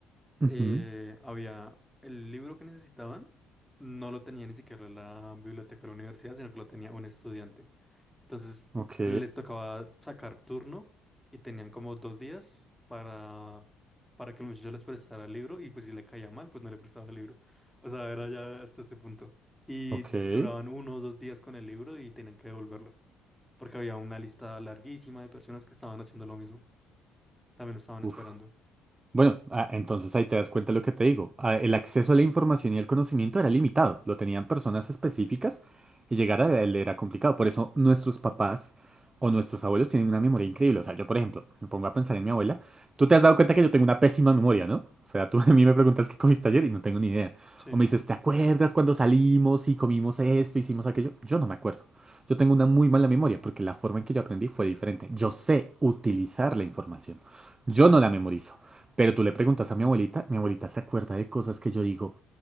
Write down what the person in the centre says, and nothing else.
eh,
había el libro que necesitaban, no lo tenía ni siquiera la biblioteca de la universidad, sino que lo tenía un estudiante. Entonces,
les tocaba sacar turno y tenían como dos días para, para que el muchacho les prestara el libro y pues si le caía mal, pues no le prestaba el libro. O sea, era ya hasta este punto. Y
duraban uno o dos días con el libro y tenían que devolverlo porque había una lista larguísima de personas que estaban haciendo lo mismo, también lo estaban
esperando.
Sí.